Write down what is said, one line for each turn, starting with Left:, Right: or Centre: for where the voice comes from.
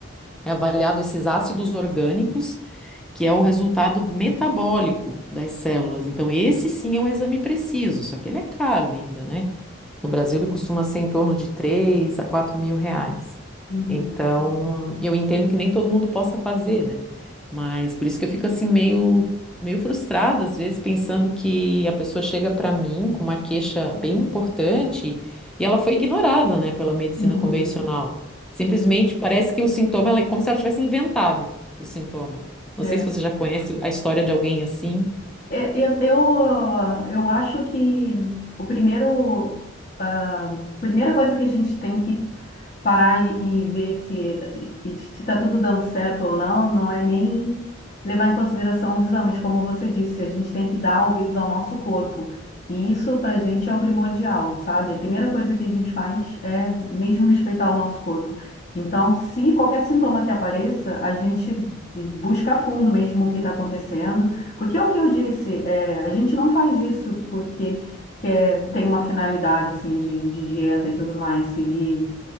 Centre: É avaliado esses ácidos orgânicos que é o resultado metabólico das células. Então, esse sim é um exame preciso, só que ele é caro ainda, né? No Brasil, ele costuma ser em torno de 3 a 4 mil reais.
Left: uhum,
Centre: Então, eu entendo que nem todo mundo possa fazer, né? Mas por isso que eu fico assim meio, meio frustrada, às vezes, pensando que a pessoa chega para mim com uma queixa bem importante e ela foi ignorada, né, pela medicina
Left: uhum,
Centre: convencional. Simplesmente
Left: Sim.
Centre: parece que o sintoma, ela é como se ela tivesse inventado o sintoma. Não
Left: É,
Centre: sei se você já conhece a história de alguém assim.
Left: É, Eu, eu, ah, eu acho que o primeiro, a primeira coisa que a gente tem que parar e, e ver se e se está tudo dando certo ou não, não é nem levar em consideração os exames, como você disse, a gente tem que dar ouvidos ao nosso corpo. E isso para a gente é o primordial, sabe? A primeira coisa que a gente faz é mesmo respeitar o nosso corpo. Então, se qualquer sintoma que apareça, a gente busca a fundo mesmo o que está acontecendo porque é o que eu disse, é, a gente não faz isso porque quer, tem uma finalidade assim de, de dieta e tudo mais, seguir